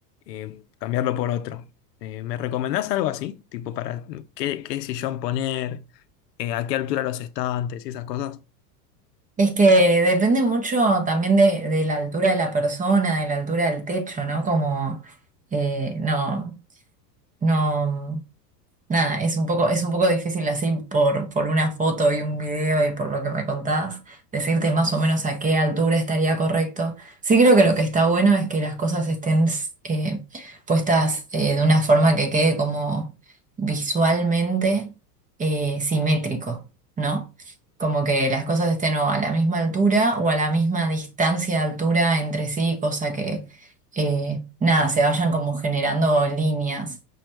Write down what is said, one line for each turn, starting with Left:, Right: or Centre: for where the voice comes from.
Left: eh, cambiarlo por otro. Eh, ¿me recomendás algo así? Tipo, para qué, qué sillón poner, eh, a qué altura los estantes y esas cosas.
Right: Es que depende mucho también de, de la altura de la persona, de la altura del techo, ¿no? Como, eh, no, no. Nada, es un poco, es un poco difícil así por, por una foto y un video y por lo que me contás, decirte más o menos a qué altura estaría correcto. Sí creo que lo que está bueno es que las cosas estén eh, puestas eh, de una forma que quede como visualmente eh, simétrico, ¿no? Como que las cosas estén o a la misma altura o a la misma distancia de altura entre sí, cosa que, eh, nada, se vayan como generando líneas.